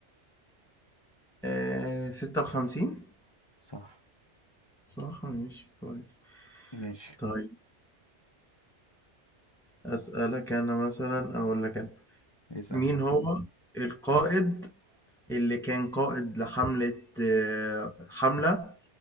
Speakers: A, in the centre; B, on the left.
A: آه، ستة وخمسين
B: صح
A: صح ماشي كويس
B: ماشي
A: طيب اسألك انا مثلا اقول لك انا
B: اسأل
A: مين
B: يا عم
A: هو القائد اللي كان قائد لحملة آه، حملة